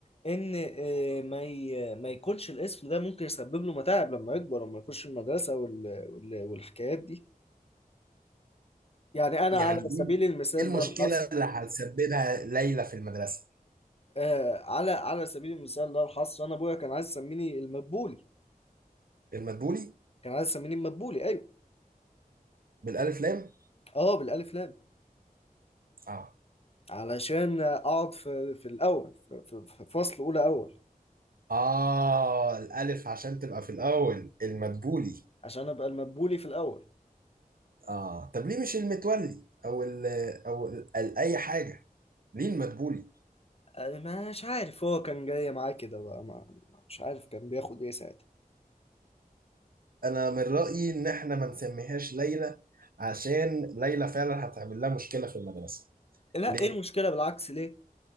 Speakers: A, on the left (about 40°); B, on the right (about 75°).
A: إن آه، ما ي... ما يكونش الاسم ده ممكن يسبب له متاعب لما يكبر وما يخش المدرسة وال... وال... والحكايات دي يعني أنا
B: يعني
A: على
B: ايه
A: سبيل المثال
B: إيه المشكله
A: لا الحصر
B: اللي هتسببها ليلى في المدرسه
A: آه على على سبيل المثال لا الحصر انا ابويا كان عايز يسميني المدبولي
B: المدبولي
A: كان عايز يسميني المدبولي ايوه
B: بالالف لام
A: اه بالالف لام
B: اه
A: علشان اقعد في في الاول في, في في فصل اولى اول
B: اه الالف عشان تبقى في الاول المدبولي
A: عشان ابقى المدبولي في الاول
B: اه طب ليه مش المتولي او ال او ال اي حاجه ليه المدبولي
A: آه مش عارف هو كان جاي معاه كده بقى ما مش عارف كان بياخد ايه ساعتها
B: انا من رايي ان احنا ما نسميهاش ليلى عشان ليلى فعلا هتعمل لها مشكله في المدرسه
A: لا
B: ليه
A: ايه المشكله بالعكس ليه